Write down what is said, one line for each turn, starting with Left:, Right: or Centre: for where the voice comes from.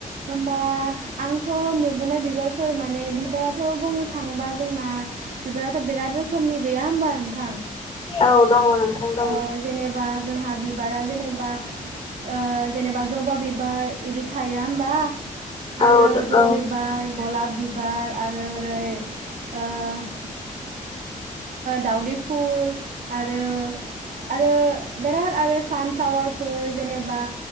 Right: होम्बा आंथ' नु बोनाय बिबारफोर माने बिबाराथ' बुंनो थांबा जोंना बिबाराथ' बिराद रोखोमनि गैया होमबा नोंथां
Left: औ दङ नोंथां दङ
Right: ओ जेनेबा जोंहा बि बारा जेनेबा ओ जेनेबा जबा बिबार इदि थाया होम्बा आरो
Left: औ
Right: जबा
Left: औ
Right: बिबार गलाब बिबार आरो ओरै ओ ओ दाउदै फुल आरो आरो बेराद आरो सानफ्लावारफोर जेने बा